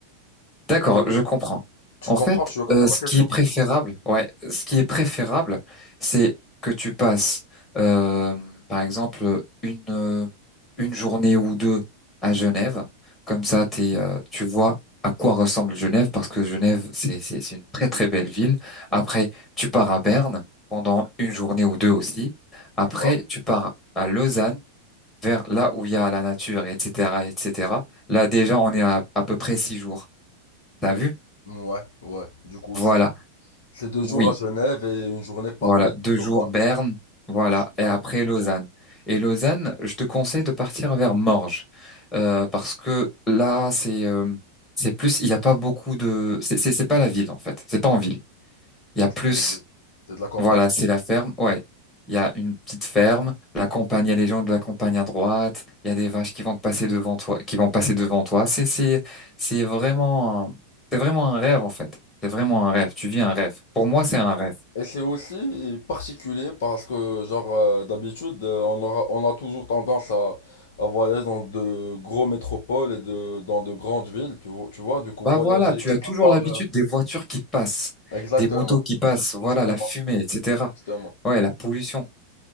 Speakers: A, on the left (about 15°); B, on the left (about 60°).
A: D'accord,
B: Et
A: je comprends.
B: Tu
A: En
B: comprends,
A: fait,
B: tu as compris
A: euh,
B: ma
A: ce
B: question?
A: qui est préférable, ouais, ce qui est préférable, c'est que tu passes, euh, par exemple, une euh, une journée ou deux à Genève. Comme ça, t'es, euh, tu vois à quoi ressemble Genève, parce que Genève, c'est c'est c'est une très très belle ville. Après, tu pars à Berne pendant une journée ou deux aussi.
B: D'accord.
A: Après, tu pars à Lausanne, vers là où il y a la nature, etc., etc. Là, déjà, on est à à peu près six jours. T'as vu?
B: Ouais, ouais. Du coup,
A: Voilà,
B: c'est c'est deux
A: oui,
B: jours à Genève et une journée par
A: voilà,
B: ville,
A: deux
B: plus
A: jours
B: ou moins.
A: Berne, voilà,
B: Deux jours, par
A: et après
B: an, ok.
A: Lausanne. Et Lausanne, je te conseille de partir vers Morges, euh, parce que là, c'est euh, c'est plus, il n'y a pas beaucoup de, c'est c'est c'est pas la ville en fait, c'est pas en ville. Il y a plus,
B: C'est c'est de la campagne.
A: voilà, c'est la ferme, ouais. Il y a une petite ferme, la campagne, il y a les gens de la campagne à droite, il y a des vaches qui vont te passer devant toi, qui vont passer devant toi. C'est c'est c'est vraiment, un- c'est vraiment un rêve en fait. C'est vraiment un rêve. Tu vis un rêve. Pour moi, c'est un rêve.
B: Et c'est aussi particulier parce que, genre, euh, d'habitude, euh, on aura, on a toujours tendance à, à voyager dans de gros métropoles et de, dans de grandes villes, tu vois, tu vois, du coup,
A: Bah
B: voyager
A: voilà, tu
B: quelque
A: as toujours
B: part.
A: l'habitude
B: euh,
A: des voitures qui passent,
B: exactement,
A: des motos qui passent, voilà,
B: justement,
A: la fumée, etc.
B: justement.
A: Ouais, la pollution.